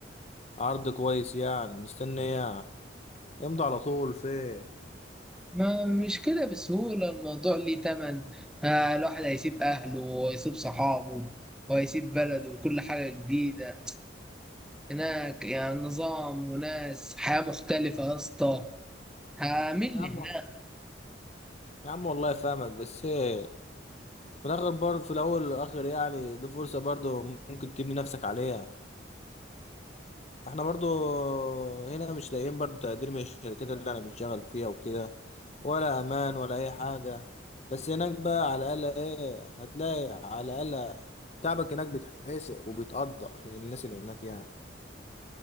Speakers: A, on the left (about 35°); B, in the centre.
A: عرض كويس يعني مستني ايه يعني؟ امضي على طول في ايه
B: ما مش كده بسهولة الموضوع ليه تمن آه الواحد هيسيب أهله ويسيب صحابه وهيسيب بلده وكل حاجة جديدة هناك يعني نظام وناس حياة مختلفة يا اسطى هعمل
A: يا عم
B: هناك
A: يا عم والله فاهمك بس ايه في الاخر برضه في الاول والاخر يعني دي فرصة برضه ممكن تبني نفسك عليها احنا برضو هنا مش لاقيين برضو تقدير من الشركات اللي انا بنشتغل فيها وكده ولا امان ولا اي حاجة بس هناك بقى على الاقل ايه هتلاقي على الاقل تعبك هناك بيتحسق وبيتقدر من الناس اللي هناك يعني